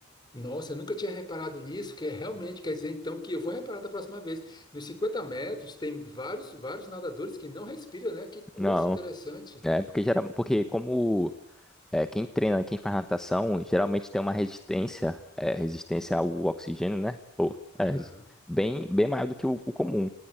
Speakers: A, on the left (about 20°); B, in the centre.
A: Nossa, eu nunca tinha reparado nisso, que é realmente quer dizer então que eu vou reparar da próxima vez. Nos 50 metros tem vários, vários nadadores que não respiram, né? Que coisa
B: Não,
A: interessante.
B: é porque geral, porque como É, quem treina, quem faz natação, geralmente tem uma resistência, é, resistência ao oxigênio, né? Ou,
A: Aham.
B: é, resi- bem, bem maior do que o, o comum.